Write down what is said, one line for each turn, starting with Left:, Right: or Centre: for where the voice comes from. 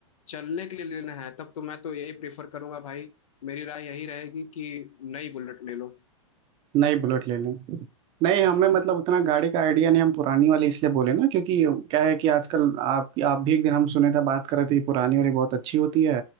Left: चलने के लिए लेना है तब तो मैं तो यही प्रेफर करूंगा भाई मेरी राय यही रहेगी कि नई बुलेट ले लो
Right: नई बुलेट ले लें नहीं हमें मतलब उतना गाड़ी का आइडिया नहीं हम पुरानी वाले इसलिए बोले ना क्योंकि क्या है कि आजकल आप आप भी एक दिन हम सुने थे बात कर रहे थे कि पुरानी वाली बहुत अच्छी होती है